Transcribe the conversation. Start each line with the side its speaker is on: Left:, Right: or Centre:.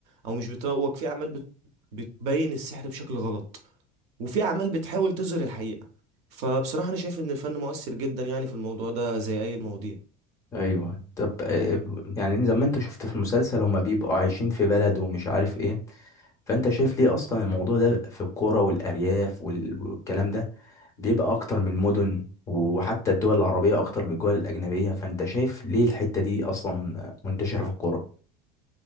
Right: او مش بتروج في اعمال بت- بتبين السحر بشكل غلط وفي اعمال بتحاول تظهر الحقيقة فبصراحة انا شايف ان الفن مؤثر جدا يعني في الموضوع ده زي اي المواضيع
Left: ايوه طب آه يعني زي ما انت شفت في المسلسل هما بيبقوا عايشين في بلد ومش عارف ايه فانت شايف ليه اصلا الموضوع ده في الكوره والارياف وال- والكلام ده بيبقى اكتر من المدن وحتى الدول العربيه اكتر من الدول الاجنبيه فانت شايف ليه الحته دي اصلا منتشره في الكوره